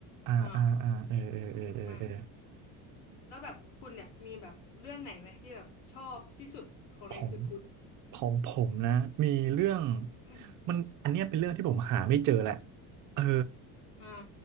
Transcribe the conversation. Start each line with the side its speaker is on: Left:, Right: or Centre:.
Right: อ่าอ่าอ่าเออเออเออเออเออ
Left: อ่าสนุกมากแล้วแบบคุณเนี่ยมีแบบเรื่องไหนไหมที่แบบชอบที่สุดของในคืนพุธ
Right: ของของผมนะ มีเรื่อง
Left: อืม
Right: มันอันเนี้ยเป็นเรื่องที่ผมหาไม่เจอแหละเออ
Left: อ่า